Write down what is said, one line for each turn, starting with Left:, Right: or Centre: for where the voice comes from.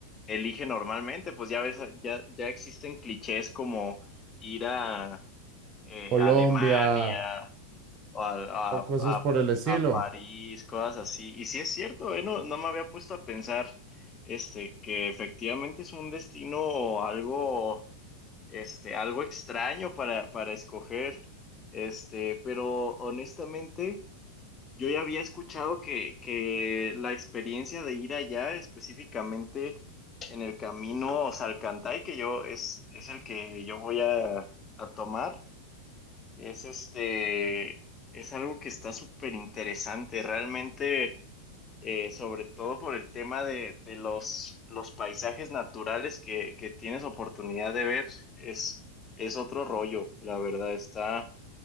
Left: elige normalmente. Pues ya ves, ya, ya existen clichés como ir a eh,
Right: Colombia
Left: a Alemania o a,
Right: o
Left: a-
Right: cosas
Left: a-
Right: por el estilo.
Left: a París, cosas así. Y sí es cierto, eh, no, no me había puesto a pensar este, que efectivamente es un destino algo este, algo extraño para, para escoger, este, pero honestamente yo ya había escuchado que, que la experiencia de ir allá, específicamente en el camino Salcantay, que yo es, es el que yo voy a, a tomar, es este, es algo que está súper interesante, realmente eh, sobre todo por el tema de, de los, los paisajes naturales que, que tienes oportunidad de ver. Es, es otro rollo, la verdad, está,